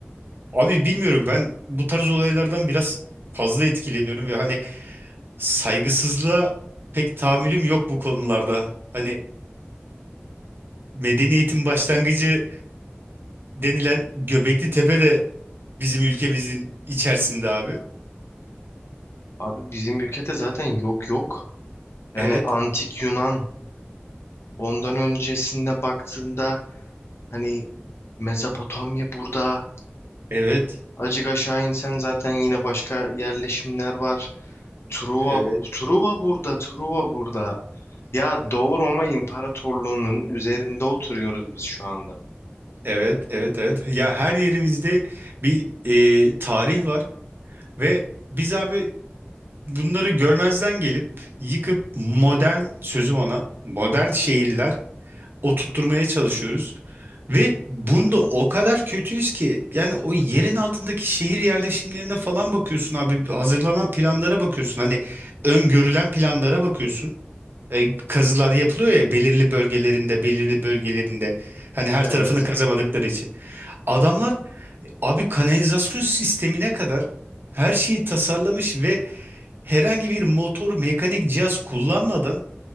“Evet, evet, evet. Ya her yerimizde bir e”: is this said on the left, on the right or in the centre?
Right